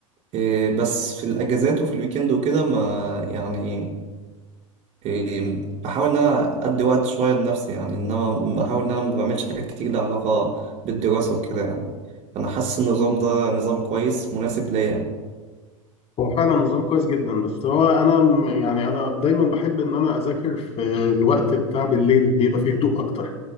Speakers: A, on the right; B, on the left.
A: إيه بس في الأجازات وفي الويكند وكده ما يعني إيه بحاول إن أنا أدي وقت شوية لنفسي يعني إنما بحاول إن أنا ما بعملش حاجات كتير لها علاقة بالدراسة وكده يعني أنا حاسس النظام ده نظام كويس مناسب ليا يعني
B: هو فعلا نظام كويس جدا بس هو انا م- يعني انا دايما بحب ان انا اذاكر في الوقت بتاع بالليل بيبقى فيه هدوء اكتر